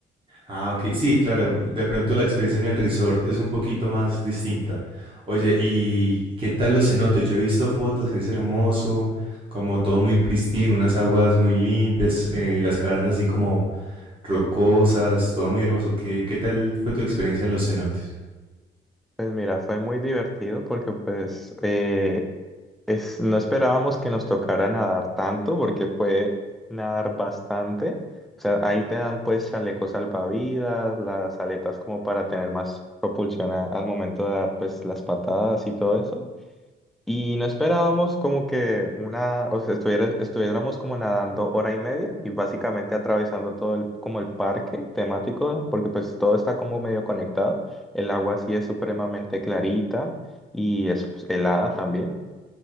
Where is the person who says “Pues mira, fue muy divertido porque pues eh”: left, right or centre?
Centre